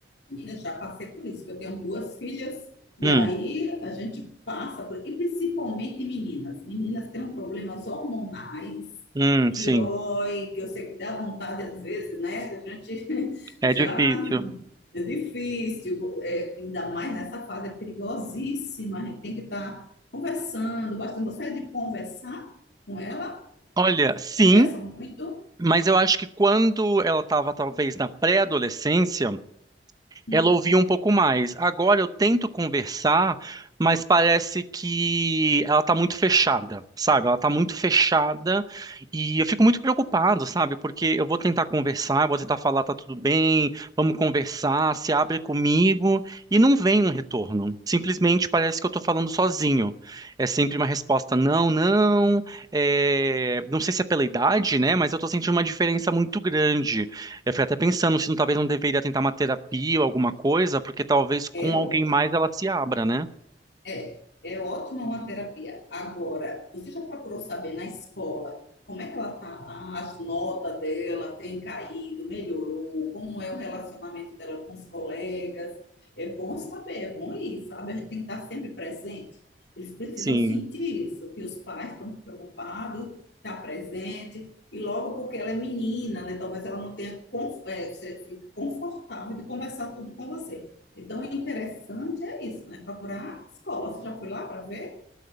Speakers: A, on the left; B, on the right.
A: Menina, já passei por isso, que eu tenho duas filhas, e
B: Hum,
A: aí a gente passa por. E principalmente meninas. Meninas têm problemas hormonais,
B: hum,
A: que,
B: sim.
A: oi, que eu sei que dá vontade às vezes, né? A gente <laughs>
B: É
A: já.
B: difícil.
A: É difícil, é, ainda mais nessa fase, é perigosíssima. A gente tem que estar conversando bastante. Você é de conversar com ela?
B: Olha, sim,
A: Conversa muito?
B: mas eu acho que quando ela estava talvez na pré-adolescência.
A: Hum.
B: ela ouvia um pouco mais. Agora eu tento conversar, mas parece que ela tá muito fechada, sabe? Ela tá muito fechada e eu fico muito preocupado, sabe? Porque eu vou tentar conversar, eu vou tentar falar, tá tudo bem, vamos conversar, se abre comigo e não vem um retorno. Simplesmente parece que eu tô falando sozinho. É sempre uma resposta não, não, é, não sei se é pela idade, né? Mas eu tô sentindo uma diferença muito grande. Eu fico até pensando se não- talvez não deveria tentar uma terapia ou alguma coisa, porque talvez com
A: É ótimo.
B: alguém mais ela se abra, né?
A: É, é ótima uma terapia. Agora, você já procurou saber na escola como é que ela tá lá, as notas dela têm caído, melhorou, como é o relacionamento dela com os colegas? É bom saber, é bom ir, sabe? A gente tem que estar sempre presente. Eles precisam
B: Sim.
A: sentir isso, que os pais estão preocupados, está presente, e logo porque ela é menina, né? Talvez ela não tenha con- eh, fique confortável de conversar tudo com você. Então, o interessante é isso, né? Procurar a escola. Você já foi lá para ver?